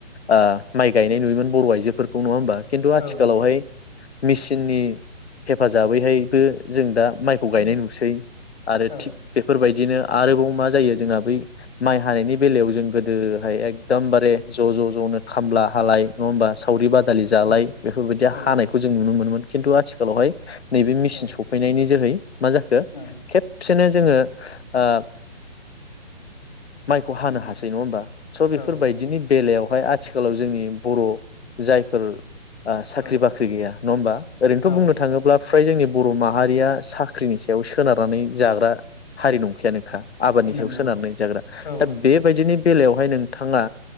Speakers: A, on the left; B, on the left.
A: ओ माइ गायनाय नुयोमोन बर' आइ जोफोरखौ नङा होमबा खिन्थु
B: औ
A: आथिखालावहाय
B: औ नंगौ
A: मेचिननि हेफाजाबैहायबो जों दा माइखौ गायनाय नुसै आरो
B: औ
A: थिग बेफोरबायदिनो आरोबाव मा जायो जोंना बै माइ हानायनि बेलायाव जों गोदोहाय एकदमबारे ज' ज' ज'नो खामला हालाय नङा होनबा सावरि बाद दालि जालाय
B: औ
A: बेफोरबायदि
B: औ
A: हानायखौ नुनो मोनोमोन खिन्थु आथिखालावहाय नैबे मेसिन
B: औ
A: सफैनायनि जोहै मा जाखो
B: ओं
A: खेबसेनो जोङो ओ माइखौ हानो
B: ओं
A: हासै नङा होमबा स' बेफोरबायदिनि
B: औ नंगौ
A: बेलायावहाय आ थिखालाव जोंनि बर' जायफोर ओ साख्रि
B: औ
A: बाख्रि ख्रि गैया नङा होमबा ओरैनोथ
B: औ
A: बुंनो थाङोब्ला फ्राय जोंनि बर' माहारिया साख्रिनि सायाव सोनारनानै जाग्रा हारि नंखायानोखा आबादनि
B: नंगौ
A: सायाव सोनारनानै जाग्रा
B: औ
A: दा
B: नंगौ
A: बेबायदिनो बेलायावहाय नोंथाङा